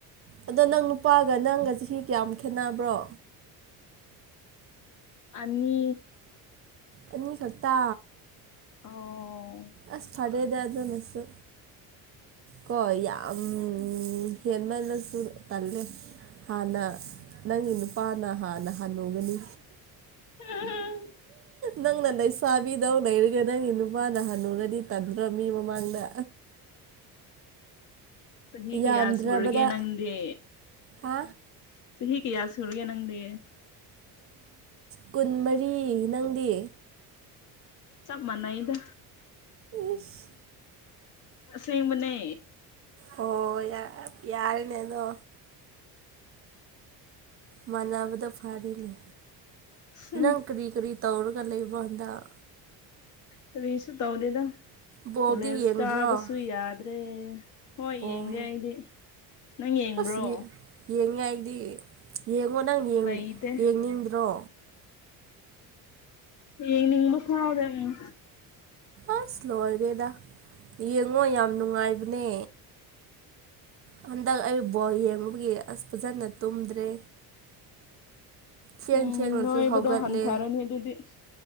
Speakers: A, on the right; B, on the left.
A: ꯑꯗꯣ ꯅꯪ ꯅꯨꯄꯥꯒ ꯅꯪꯒ ꯆꯍꯤ ꯀꯌꯥꯝ ꯈꯦꯠꯅꯕ꯭ꯔꯣ
B: ꯑꯅꯤ
A: ꯑꯅꯤ ꯈꯛꯇ
B: ꯑꯣ
A: ꯑꯁ ꯐꯔꯦꯗꯥ ꯑꯗꯨ ꯅꯁꯨ ꯀꯣꯏ ꯌꯥꯝ ꯍꯦꯟꯃꯜꯂꯁꯨ ꯇꯜꯂꯦ ꯍꯥꯟꯅ ꯅꯪꯒꯤ ꯅꯨꯄꯥꯅ ꯍꯥꯟꯅ ꯍꯅꯨꯒꯅꯤ
B: ꯎꯝꯝ
A: ꯅꯪ ꯅ ꯂꯩꯁꯥꯕꯤꯗꯧ ꯂꯩꯔꯒ ꯅꯪꯒꯤ ꯅꯨꯄꯥꯅ ꯍꯅꯨꯔꯗꯤ ꯇꯟꯗ꯭ꯔ‌ꯣ ꯃꯤ ꯃꯃꯥꯡꯗ
B: ꯆꯍꯤ ꯀꯌꯥ
A: ꯌꯥꯝꯗ꯭ꯔꯕꯗ
B: ꯁꯨꯔꯒꯦ ꯅꯪꯗꯤ
A: ꯍꯥ
B: ꯆꯍꯤ ꯀꯌꯥ ꯁꯨꯔꯒꯦ ꯅꯪꯗꯤ
A: ꯀꯨꯟꯃꯔꯤ ꯅꯪꯗꯤ
B: ꯆꯞ ꯃꯅꯩꯗ
A: ꯏꯁ
B: ꯑꯁꯦꯡꯕꯅꯦ
A: ꯍ‌ꯣ ꯌꯥ ꯌꯥꯔꯅꯦ ꯑꯗꯣ ꯃꯥꯟꯅꯕꯗ‌ꯣ ꯐꯥꯔ‌ꯦꯅꯤ
B: ꯍꯝ
A: ꯅꯪ ꯀꯔꯤ ꯀꯔꯤ ꯇꯧꯔꯒ ꯂꯩꯕꯔ‌ꯣ ꯅꯪ
B: ꯀꯔꯤꯁꯨ ꯇꯧꯗ‌ꯦꯗ
A: ꯕꯣꯜꯗꯤ
B: ꯀ‌ꯣꯂꯦꯖ
A: ꯌꯦꯡꯗ꯭ꯔꯣ
B: ꯀꯥꯕꯁꯨ ꯌꯥꯗ꯭ꯔꯦ ꯍꯣꯏ
A: ꯑꯣ
B: ꯌꯦꯡꯗꯦ ꯑꯩꯗꯤ ꯅꯪ ꯌꯦꯡꯕ꯭ꯔꯣ
A: ꯑꯁ ꯌꯦꯡꯉꯦ ꯑꯩꯗꯤ ꯌꯦꯡꯉꯣ ꯅꯪ
B: ꯕꯤꯠ
A: ꯌ‌ꯦꯡ
B: ꯂꯩꯇꯦ
A: ꯌꯦꯡꯅꯤꯡꯗ꯭ꯔꯣ
B: ꯌꯦꯅꯤꯡꯕ ꯐꯥꯎꯗ‌ꯦ ꯎꯝ
A: ꯑꯁ ꯂꯣꯏꯔꯦꯗ ꯌꯦꯡꯉꯣ ꯌꯥꯝ ꯅꯨꯡꯉꯥꯏꯕꯅꯦ ꯍꯟꯗꯛ ꯑꯩ ꯕꯣꯜ ꯌꯦꯡꯕꯒꯤ ꯑꯁ ꯐꯖꯅ ꯇꯨꯝꯗ꯭ꯔꯦ ꯊꯦꯡ
B: ꯎꯝ
A: ꯊꯦꯡꯅꯁꯨ
B: ꯅꯣꯏꯕꯗꯣ
A: ꯍꯧꯒꯠꯂꯦ
B: ꯍꯟꯊꯔꯅꯤ ꯑꯗꯨꯗꯤ